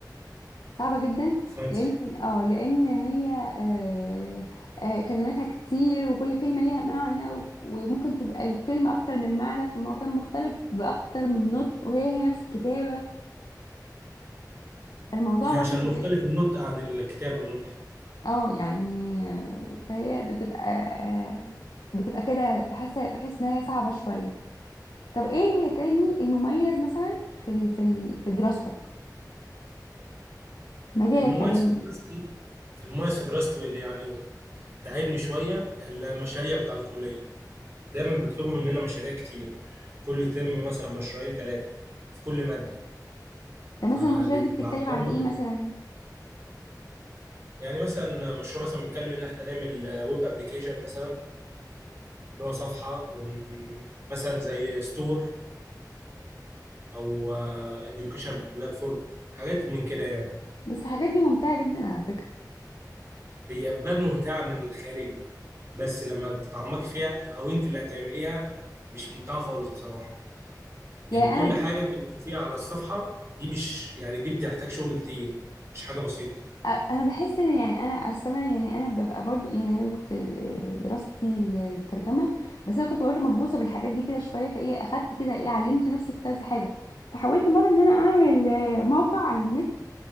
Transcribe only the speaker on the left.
صعبة جدا
لأن اه لأن هي آه آه كلماتها كتير وكل كلمة ليها معنى و- وممكن تبقى الكلمة أكتر من معنى في مكان مختلف بأكتر من نطق وهي هي نفس الكتابة فالموضوع
برضو
بيبقى
اه يعني آه، فهي بتبقى آه بتبقى كده حاسة بحس إن هي صعبة شوية طب ايه تاني المميز مثلا في ال في ال في دراستك في مجالك
يعني
ده
مثلا المشاريع دي بتتكلم
عن ايه
مثلا
بس الحاجات دي ممتعة جدا على فكرة
يعني
انا
أ- انا بحس ان يعني انا اصل أنا يعني انا ببقى برضو يعني انا كنت آه، دراستي الترجمه بس انا كنت برضو مهووسه بالحاجات دي كده شويه فايه اخدت كده ايه علمت نفسي في كذا حاجه فحاولت مره ان انا اعمل آه، موقع على النت